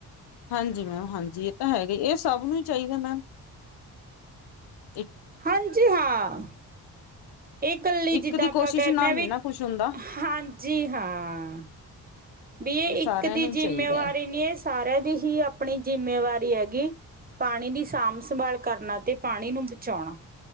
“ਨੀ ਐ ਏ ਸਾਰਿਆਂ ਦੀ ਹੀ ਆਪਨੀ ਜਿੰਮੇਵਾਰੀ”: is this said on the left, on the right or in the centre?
Right